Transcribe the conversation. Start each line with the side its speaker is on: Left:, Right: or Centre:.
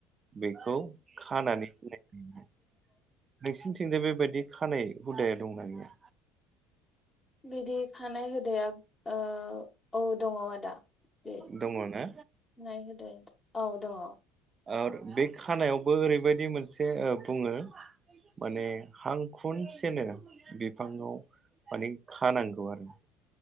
Right: बेखौ खानानै होनाय नोंसिनिथिंजाय बेबायदि खानाय हुदाया दंना गया?
Left: बिदि खानाय हुदाया ओ औ दङ आदा। दे
Right: दङ ना
Left: नाय होदाय औ दङ।
Right: ओर बे खानायावबो ओरैबायदि मोनसे बुङो माने हां खनसेनो बिफाङाव माने खानांगौ आरो